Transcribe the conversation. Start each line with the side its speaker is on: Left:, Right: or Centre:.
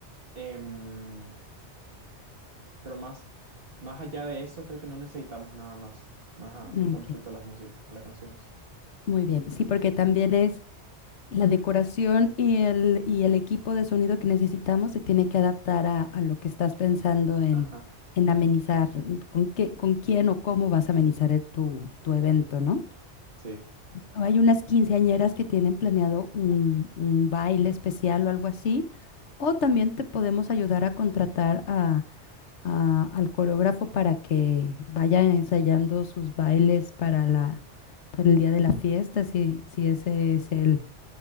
Right: em, pero más, más allá de eso, creo que no necesitamos nada más, más a-
Left: ok,
Right: con respecto a las músicas, a las canciones.
Left: Muy bien, sí, porque también es La decoración y el, y el equipo de sonido que necesitamos se tiene que adaptar a, a lo que estás pensando en,
Right: Ajá,
Left: en amenizar, con qué, con quién o cómo vas a amenizar eh, tu, tu evento, ¿no?
Right: sí.
Left: Hay unas quinceañeras que tienen planeado un, un baile especial o algo así, o también te podemos ayudar a contratar a, a- al coreógrafo para que vaya ensayando sus bailes para la, para el día de la fiesta, si, si ese es el